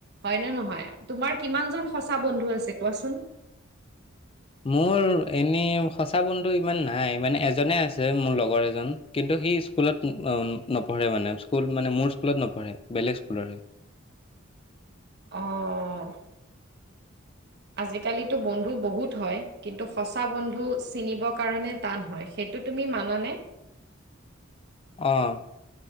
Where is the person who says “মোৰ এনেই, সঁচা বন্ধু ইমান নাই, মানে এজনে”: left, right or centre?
Left